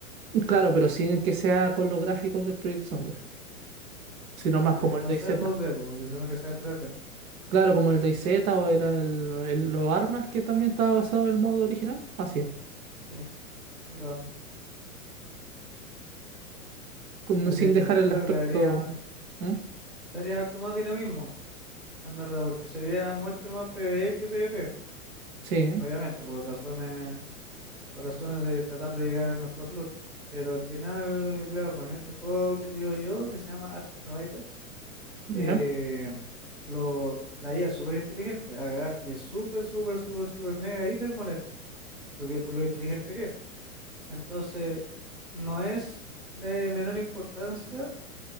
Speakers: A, on the right; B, in the centre.
A: Claro, pero sin que sea con los gráficos del Project Zomboid, sino más
B: ah,
A: como
B: que
A: el
B: no
A: DayZ.
B: sean dos d po, porque sino que sean tres d
A: Claro, como el DayZ o era el, el- los armas que también estaba basado en el modo original. Así es.
B: Sí, ya lo armo.
A: Con-
B: Ya
A: sin
B: se entendiendo.
A: dejar el
B: Claro,
A: aspecto.
B: le daría,
A: ¿Mm?
B: daría harto más dinamismo. en verdad, porque sería mucho más PvE que PvP,
A: Sí,
B: obviamente, por razones, por razones de tratar de llegar al mejor loot. Pero al final, claro, con este juego que te digo yo, que se llama Ark Riders,
A: ¿no?
B: eh, lo, la IA es súper inteligente, a cagar, y es súper, súper, súper, súper, mega, hiper molesta, porque por lo inteligente que es. Entonces, no es de menor importancia